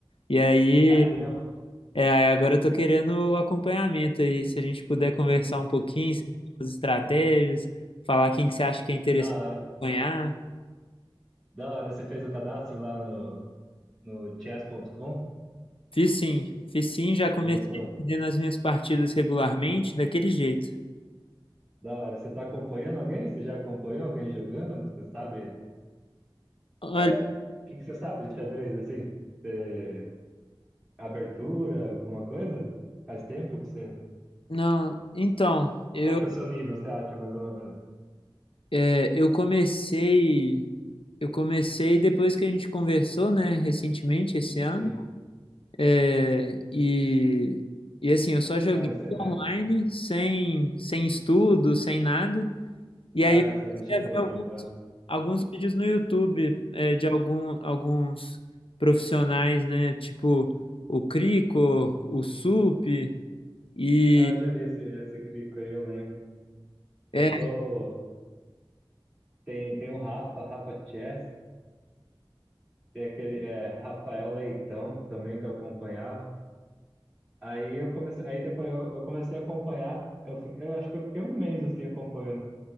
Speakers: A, on the left; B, in the centre.
A: e aí
B: Ah, é mesmo?
A: é, aí agora eu tô querendo o acompanhamento aí. Se a gente puder conversar um pouquinho sobre as estratégias, falar quem que você acha que é interessante
B: Da hora.
A: acompanhar.
B: Da hora. Você fez o cadastro lá no, no chess.com?
A: Fiz sim, fiz sim, já comecei
B: Começou?
A: perdendo as minhas partidas regularmente, daquele jeito.
B: Da hora. Você tá acompanhando alguém? Você já acompanhou alguém jogando? Você sabe?
A: Olha,
B: É... O que que você sabe de xadrez, assim? Você... Abertura, alguma coisa? Faz tempo que você...
A: não, então, eu
B: Qual que é o seu nível, você acha, mais ou menos?
A: É, eu comecei, eu comecei depois que a gente conversou, né, recentemente esse ano.
B: Sim.
A: É, e, e assim, eu só joguei
B: Ah, mas você... é.
A: online, sem, sem estudo, sem nada. E
B: Tá,
A: aí eu comecei
B: você não chegou
A: a ver
B: a ver.
A: algum-
B: Ah,
A: alguns vídeos no YouTube, é, de algum, alguns profissionais, né, tipo o Crico, o Sup, e
B: ah eu já vi esse, esse crico aí, eu lembro.
A: é,
B: Eu tô... Tem, tem o Rafa, Rafa Chess, tem aquele é, Rafael Leitão também que eu acompanhava. Aí eu comecei, aí depois eu, eu comecei a acompanhar, eu, fi- eu acho que eu fiquei um mês assim acompanhando.